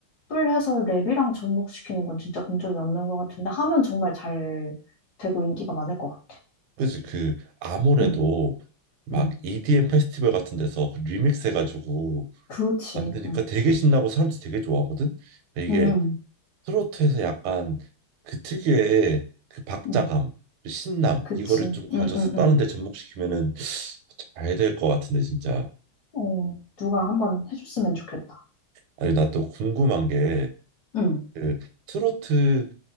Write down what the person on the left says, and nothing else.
풀 해서 랩이랑 접목시키는 건 진짜 본 적이 없는 것 같은데 하면 정말 잘 되고 인기가 많을 것 같아.
응,
응,
그렇지.
응,
응, 응,
응.
그치.
응, 응,
응.
어, 누가 한번 해줬으면 좋겠다.
응,